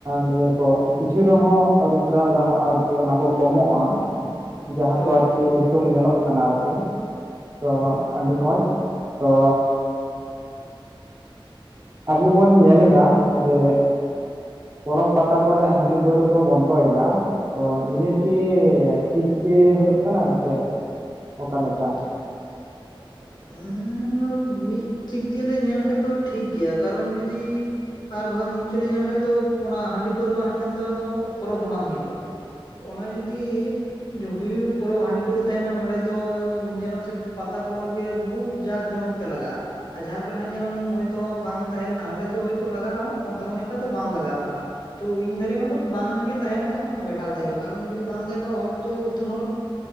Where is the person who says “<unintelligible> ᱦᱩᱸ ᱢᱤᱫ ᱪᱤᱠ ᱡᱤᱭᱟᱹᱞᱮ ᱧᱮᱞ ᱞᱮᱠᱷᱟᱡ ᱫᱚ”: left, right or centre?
Left